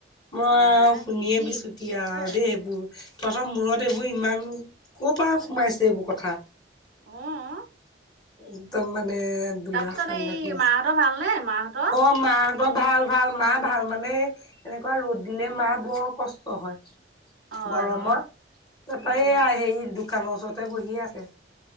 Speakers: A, on the left; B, on the right.
A: মই
B: নিজানে
A: শুনিয়ে
B: বুদ্ধি
A: বিচোতিয়াও
B: বুদ্ধি আছে।
A: আৰু দেই এইবোৰ। তহঁতৰ মূৰত এইবোৰ ইমান ক পৰা সোমাইছে এইবোৰ কথা?
B: অ'।
A: একদম মানে বিয়া
B: তাৰপিছত
A: সাংঘাতিক
B: এই
A: আছে
B: মাহঁতৰ ভালনে মাহঁতৰ?
A: অ'। মাহঁতৰ ভাল ভাল। মা ভাল মানে এনেকুৱা ৰ'দ দিলে মা বৰ কষ্ট হয়।
B: হয়,
A: গৰমত।
B: হয়,
A: দেতাই
B: উম,
A: এইয়া সেই দোকানৰ ওচৰতে বহি আছে।